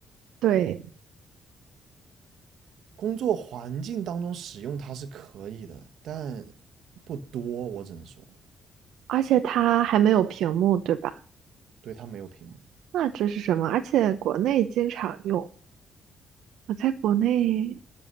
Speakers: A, on the right (about 90°); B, on the right (about 70°).
A: 对，
B: 工作环境当中使用它是可以的，但不多，我只能说，
A: 而且它还没有屏幕，对吧？
B: 对，它没有屏幕，
A: 那这是什么？而且国内经常用，我在国内，